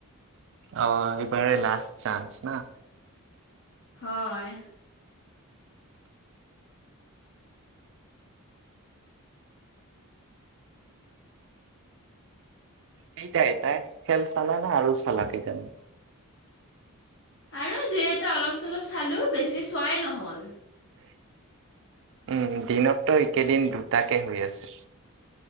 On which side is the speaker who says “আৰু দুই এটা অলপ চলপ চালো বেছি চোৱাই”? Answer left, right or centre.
Left